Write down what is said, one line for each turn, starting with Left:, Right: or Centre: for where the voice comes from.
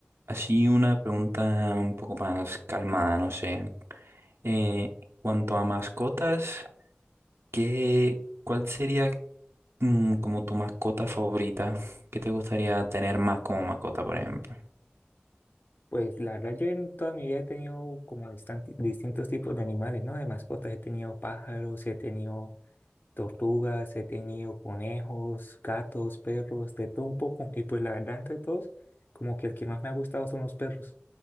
Right: así una pregunta un poco más calmada, no sé. Eh, cuanto a mascotas. ¿Qué, cuál sería mm, como tu mascota favorita? ¿Qué te gustaría tener más como mascota, por ejemplo?
Left: pues la verdad yo en toda mi vida he tenido como distan- distintos tipos de animales, ¿no? De mascotas, he tenido pájaros, he tenido tortugas, he tenido conejos, gatos, perros, de todo un poco. Y pues la verdad, entre todos, como que el que más me ha gustado son los perros.